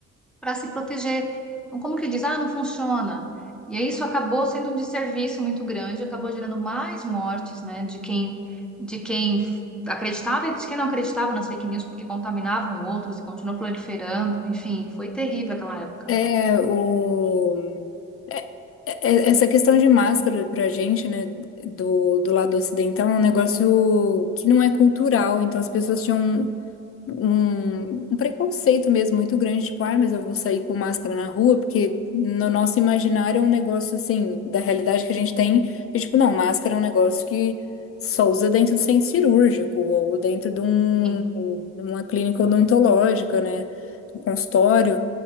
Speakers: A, in the centre; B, on the left.
A: para se proteger. Então, como que diz? Ah, não funciona. E aí isso acabou sendo um desserviço muito grande, acabou gerando mais mortes, né, de quem, de quem acreditava e de quem não acreditava nas fake news, porque contaminavam outros e continuou proliferando. Enfim, foi terrível aquela época.
B: É o é- é- é, essa questão de máscara pra gente, né, do, do lado ocidental é um negócio que não é cultural, então as pessoas tinham um, um preconceito mesmo muito grande, tipo, ah, mas eu vou sair com máscara na rua, porque no nosso imaginário é um negócio assim, da realidade que a gente tem, e tipo, não, máscara é um negócio que só usa dentro do centro cirúrgico, ou dentro de, um,
A: Sim,
B: de uma clínica odontológica, né, um consultório,